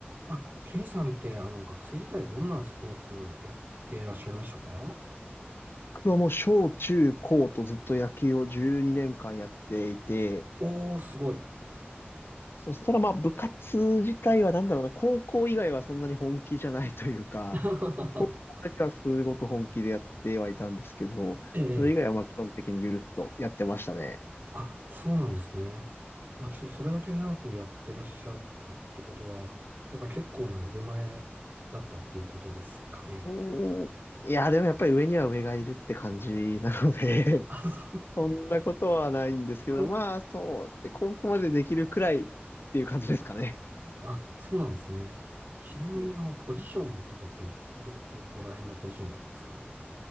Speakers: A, on the right; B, on the left.
A: あ、ケイさんって、あの、学生時代どんなスポーツやってらっしゃいましたか
B: 僕はもう小中高とずっと野球を12年間やっていて、
A: おー、すごい。
B: そしたらまあ部活自体はなんだろうな、高校以外はそんなに本気じゃないというか、
A: <laughs>
B: 高校だけはすごく本気でやってはいたんですけど、
A: ええ、
B: それ以外はまあ基本的にゆるっとやってましたね。
A: あ、そうなんですね。まあ、ちょっとそれだけ長くやってらっしゃったってことは、やっぱ結構な腕前だったっていうことですかね。
B: うーん。いや、でもやっぱり上には上がいるって感じなので
A: あ、
B: <laughs> そんなことはないんですけど、
A: そう。
B: まあそう、で高校までできるくらいっていう感じですかね。
A: <laughs> あ、そうなんですね。ちなみに、
B: そうです
A: あの、ポジションとかって、ど、どこら辺のポジションだったんですか